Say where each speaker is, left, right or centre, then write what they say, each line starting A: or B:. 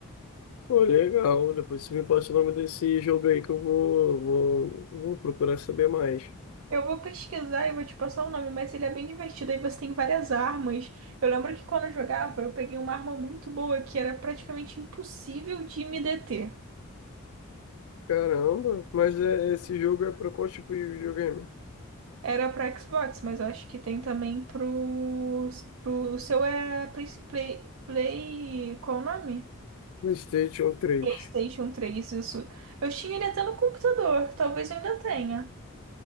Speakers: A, on the left; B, on the right.
A: Pô, legal. Depois você me passa o nome desse jogo aí que eu vou, vou, vou procurar saber mais.
B: Eu vou pesquisar e vou te passar o nome, mas ele é bem divertido. Aí você tem várias armas. Eu lembro que quando eu jogava, eu peguei uma arma muito boa que era praticamente impossível de me deter.
A: Caramba, mas é, esse jogo é pra qual tipo de videogame?
B: Era para Xbox, mas eu acho que tem também pro, pro o seu é Play, Play, Play- qual o nome?
A: PlayStation 3.
B: PlayStation 3 isso. Eu tinha ele até no computador, talvez eu ainda tenha.